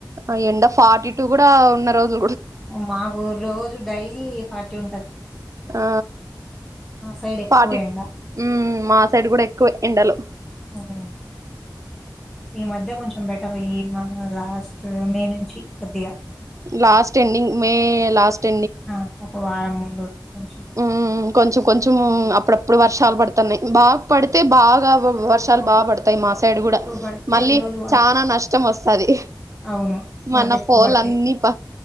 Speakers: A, on the right; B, in the centre.
A: ఆ ఎండ ఫార్టీ టూ కూడా ఉన్న రోజు
B: మాకు రోజు డైలీ ఫార్టీ ఉంటద్
A: ఆ
B: సైడ్ ఎక్కువ
A: ఫార్టీ
B: ఎండ
A: ఉమ్మ్ మా సైడ్ కూడా ఎక్కువే ఎండలు
B: ఉహుమ్ ఈ మధ్య కొంచెం బెట్ తబీ ఇమా అ లాస్టు మే నుంచి కొద్దిగా
A: లాస్ట్ ఎండింగ్ మే లాస్ట్
B: ఆ ఒక వారం ముందు నుంచి
A: ఉమ్మ్ మ్ కొంచెం కొంచము ఉమ్మ్ మ్ అప్పుడప్పుడు వర్షాలు పడతన్నయ్ బాగ్ పడితే బాగా వొవ్ వర్షాలు
B: అవును
A: బా పడతాయ్ మా సైడ్ కూడా
B: ఎక్కువ పడితే
A: మళ్ళీ
B: ఈ రోజు
A: చానా నష్టం ఓస్తది
B: అవును
A: మన
B: మరట ఎక్కువ
A: పోలన్నీ
B: పడతాయి
A: ప